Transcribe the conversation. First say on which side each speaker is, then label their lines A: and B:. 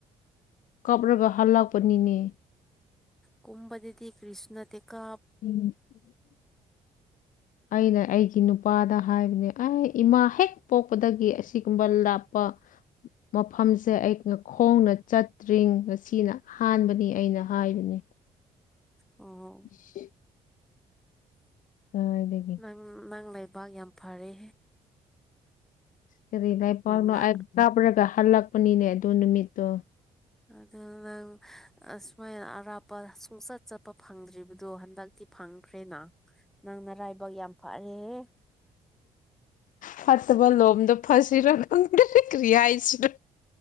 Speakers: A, on the left; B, in the centre.
A: ꯀꯥꯞꯔꯕ ꯍꯜꯂꯛꯄꯅꯤꯅꯦ
B: ꯀꯨꯨꯝꯕꯗꯦꯗꯤ ꯀ꯭ꯔꯤꯅ ꯇꯀꯥ
A: ꯎꯝ ꯑꯩꯅ ꯑꯩꯒꯤ ꯅꯨꯄꯥꯗ ꯍꯥꯏꯕꯅꯦ ꯑꯩ ꯏꯃꯥ ꯍꯦꯛ ꯄꯣꯛꯄꯗꯒꯤ ꯑꯁꯤꯒꯨꯝꯕ ꯂꯥꯞꯄ ꯃꯐꯝꯁꯦ ꯑꯩ ꯈꯣꯡꯅ ꯆꯠꯇ꯭ꯔꯤ ꯉꯁꯤꯅ ꯑꯍꯥꯟꯕꯅꯤ ꯑꯩꯅ ꯍꯥꯏꯕꯅꯦ
B: ꯑꯣ
A: ꯎ <inaudible> ꯀꯥꯏꯂꯩꯒ‌ꯦ
B: ꯎꯝ ꯅꯪ ꯂꯩꯕꯥꯛ ꯌꯥꯝ ꯐꯔꯦ
A: ꯀꯔꯤ ꯂ ꯄꯥꯎꯅꯣ
B: ꯌꯥꯝ ꯂꯥꯛ
A: ꯀꯥꯞꯔꯒ ꯍꯜꯂꯛꯄꯅꯤꯅꯦ ꯑꯗꯨ ꯅꯨꯃꯤꯠꯇꯣ
B: ꯑꯗꯨ ꯅꯪ ꯑꯁꯨꯃꯥꯏꯅ ꯑꯔꯥꯞꯄ ꯁꯨꯡꯆꯠ ꯆꯠꯄ ꯐꯪꯗ꯭ꯔꯤꯕꯗꯣ ꯍꯟꯗꯛꯇꯤ ꯐꯪꯈ꯭ꯔꯦꯅ ꯅꯪ ꯅꯔꯥꯏꯕꯛ ꯌꯥꯝ ꯐꯔꯦꯍ‌ꯦ
A: ꯐꯠꯇꯕ ꯂꯣꯝꯗꯣ ꯐꯁꯤꯔꯣ ꯅꯪ ꯀ ꯀ꯭ꯔꯤ ꯍꯥꯏꯁꯤꯔꯣ